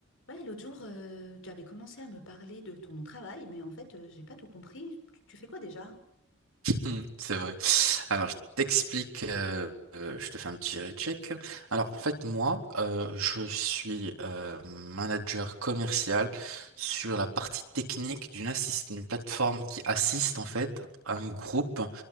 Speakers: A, on the left (about 65°); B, on the right (about 75°).
A: Ouais, l'autre jour, euh, tu avais commencé à me parler de ton travail, mais en fait, euh, j'ai pas tout compris. Tu, tu fais quoi déjà?
B: Hmm, c'est vrai. Alors, je t'explique, euh, euh, je te fais un petit recheck. Alors, en fait, moi, euh, je suis euh, manager commercial sur la partie technique d'une assist, d'une plateforme qui assiste, en fait, un groupe